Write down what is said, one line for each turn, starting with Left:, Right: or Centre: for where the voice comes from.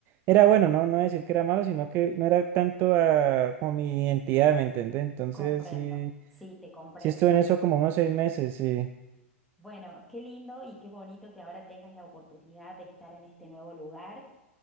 Right: era bueno, ¿no? No decir que era malo, sino que no era tanto a, como mi identidad, ¿me entiendes? Entonces
Centre: comprendo.
Right: sí,
Centre: Sí, te comprendo
Right: sí estuve
Centre: totalmente.
Right: en eso como unos seis meses, sí.
Centre: Bueno, qué lindo y qué bonito que ahora tengas la oportunidad de estar en este nuevo lugar.